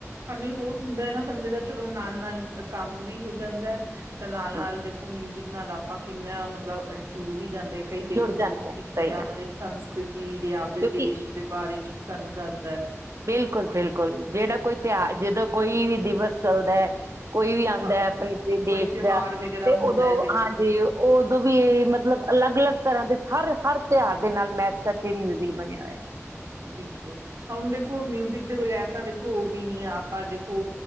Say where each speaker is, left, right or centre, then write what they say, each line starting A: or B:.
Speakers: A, on the right (about 85°); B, on the right (about 65°).
A: ਹਨਾ, ਉਹ ਹੁੰਦਾ ਹੈ ਨਾ ਬੰਦੇ ਦਾ ਚਲੋ ਨਾਲ- ਨਾਲ ਕੰਮ ਵੀ ਹੋ ਜਾਂਦਾ। ਤੇ ਨਾਲ
B: ਹਾਂ,
A: ਨਾਲ ਦੇਖੋ ਮਿਊਜਿਕ ਨਾਲ ਆਪਾਂ ਕਿੰਨਾ, ਮਤਲਬ ਜੁੜ ਵੀ ਜਾਂਦੇ। ਜਾ ਕਈ ਦੇਖੋ
B: ਜੁੜ ਜਾਂਦੇ
A: ਮਿਊਜ਼ ਦਿੰਦੇ,
B: ਆ ਸਹੀ ਗੱਲ
A: ਆਪਦੇ
B: ਹੈ।
A: ਸੰਸਕ੍ਰਿਤੀ ਦੇ, ਆਪਦੇ
B: ਕਿਉਂਕਿ
A: ਦੇਸ਼ ਦੇ ਬਾਰੇ ਚ ਸਾਨੂੰ ਦੱਸਦਾ ਏ
B: ਬਿਲਕੁਲ ਬਿਲਕੁਲ। ਜਿਹੜਾ ਕੋਈ ਤਿਉਹਾਰ, ਜਦੋਂ ਕੋਈ ਵੀ ਦਿਵਸ ਚੱਲਦਾ ਹੈ। ਕੋਈ ਵੀ ਆਉਂਦਾ।
A: ਹਾਂ
B: ਆਪਣੇ
A: ਕੋਈ
B: ਦੇਸ਼
A: ਤਿਉਹਾਰ
B: ਦਾ
A: ਵਗੈਰਾ
B: ਤੇ
A: ਹੁੰਦਾ
B: ਉਦੋਂ
A: ਹੈ ਦੇਖੋ
B: ਹਾਂਜੀ, ਉਦੋਂ ਵੀ ਇਹ ਮਤਲਬ, ਅਲੱਗ ਅਲੱਗ ਤਰ੍ਹਾਂ ਦੇ ਹਰ ਹਰ ਤਿਉਹਾਰ ਦੇ ਨਾਲ ਮੈਚ ਕਰਕੇ ਮਿਊਜ਼ਿਕ ਬਣਿਆ ਹੋਇਆ।
A: ਬਿਲਕੁਲ, ਹੁਣ ਦੇਖੋ, ਮਿਊਜਿਕ ਦੇ ਬਗੈਰ ਤਾਂ ਦੇਖੋ, ਉਹ ਵੀ ਨੀ ਆ। ਆਪਾਂ ਦੇਖੋ